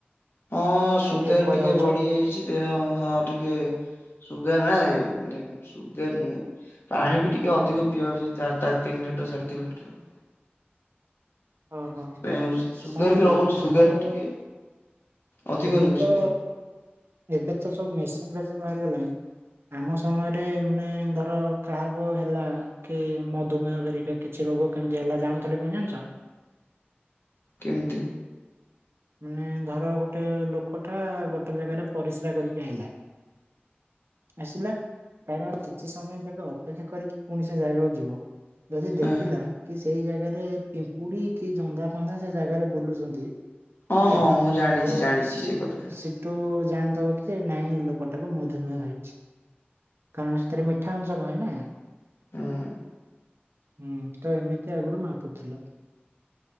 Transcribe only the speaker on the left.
ହଁ
ସୁଗାର
ଟିକେ
ବଢି ଯାଇଛି ଦେହ ହଁ ଟିକେ। ସୁଗାର ନାଇ ନେ। ସୁଗାର ନୁହେଁ ପାଣି ବି ଟିକେ ଅଧିକ ପିଆ ହଉଛି ତା ତିନି ଲିଟର ସାଢେ ତିନି ଲିଟର।
ସେଥିପାଇଁ ହଉଛି
ସୁଗାର
ବି ରହୁଛି
ସୁଗାର ଟିକେ ଅଧିକ
ରହୁଛି
ମୋର
କେମତି?
ହଁ
ହଁ
ହଁ ମୁଁ ଜାଣିଛି
ଜାଣିଛି
ସେ କଥା।
ଉଁ।